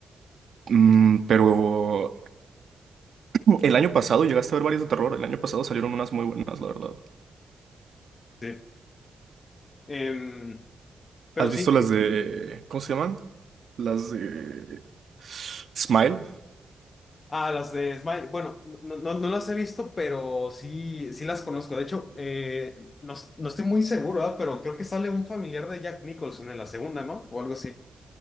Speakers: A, on the right (about 65°); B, on the left (about 45°).
A: Mm, pero <clears throat> el año pasado llegaste a ver varias de terror. El año pasado salieron unas muy buenas, la verdad.
B: Sí. Em, pero
A: ¿Has
B: sí,
A: visto las de... ¿Cómo se llaman? Las de... Smile.
B: Ah, las de Smile. Bueno, no, no, no las he visto, pero sí, sí las conozco. De hecho, eh, no, no estoy muy seguro, ¿verdad? Pero creo que sale un familiar de Jack Nicholson en la segunda, ¿no? O algo así,